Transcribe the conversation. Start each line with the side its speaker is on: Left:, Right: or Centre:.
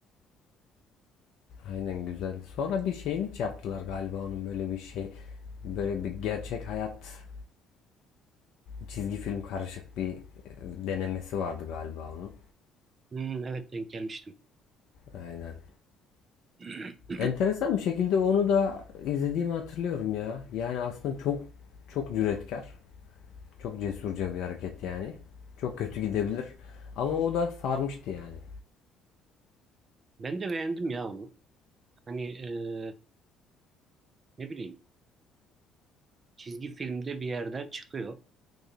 Left: Aynen güzeldi. Sonra bir şeyini yaptılar galiba onun böyle bir şey böyle bir gerçek hayat çizgi film karışık bir e, denemesi vardı galiba onun.
Right: Hmm, evet denk gelmiştim.
Left: Aynen.
Right: <clears throat>
Left: Enteresan bir şekilde onu da izlediğimi hatırlıyorum ya. Yani aslında çok çok cüretkar, çok cesurca bir hareket yani. Çok kötü gidebilir ama o da sarmıştı yani.
Right: Ben de beğendim ya onu. Hani e, ne bileyim çizgi filmde bir yerden çıkıyor